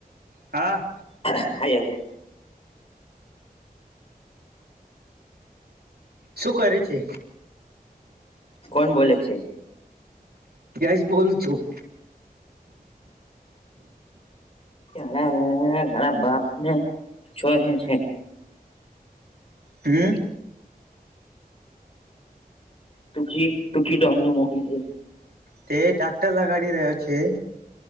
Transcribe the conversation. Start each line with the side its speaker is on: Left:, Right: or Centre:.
Right: હા
Left: આ છે
Right: શું કરે છે
Left: કોણ બોલે છે
Right: જશ બોલ છો
Left: ઘણા ઘણા ઘણા બાપ ને છોધે છે
Right: હમ
Left: ટકીી ટકીી ડોહનને મોકલીજે
Right: તે ટાક્ટર લગાડી રહ્યો છે